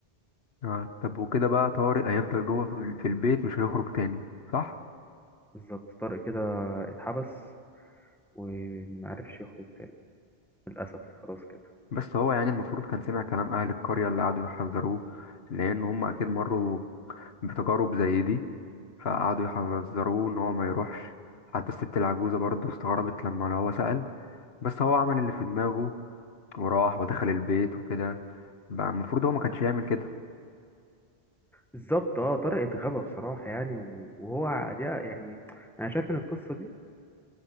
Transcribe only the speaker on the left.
آه. طب وكده بقى طارق هيفضل جوه في في البيت مش هيخرج تاني صح
بس هو يعني المفروض كان سمع كلام اهل القريه اللي قعدوا يحذروه لان هم اكيد مروا بتجارب زي دي فقعدوا يحذروه ان هو ما يروحش حتى الست العجوزه برضه استغربت لما هو سأل بس هو عمل اللي في دماغه وراح ودخل البيت وكده بقى المفروض هو ما كانش يعمل كده